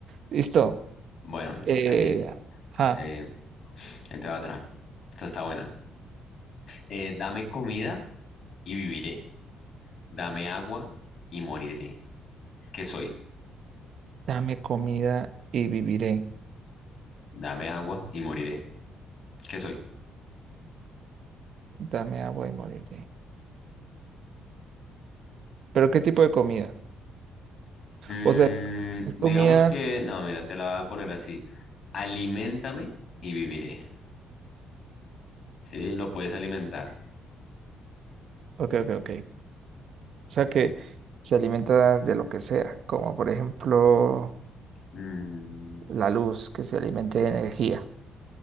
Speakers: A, on the right; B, on the left.
A: Listo.
B: Bueno,
A: Eh,
B: ahí,
A: ah,
B: eh, ahí te va otra. Esta está buena. Eh, dame comida y viviré. Dame agua y moriré. ¿Qué soy?
A: dame comida y viviré.
B: Dame agua y moriré. ¿Qué soy?
A: Dame agua y moriré. ¿Pero qué tipo de comida?
B: Mm,
A: O sea, es
B: digamos
A: comida.
B: que, no, mira, te la voy a poner así. Aliméntame y viviré. Sí, lo puedes alimentar.
A: Ok, ok, ok. O sea que se alimenta de lo que sea, como por ejemplo.
B: Mm,
A: la luz que se alimente de energía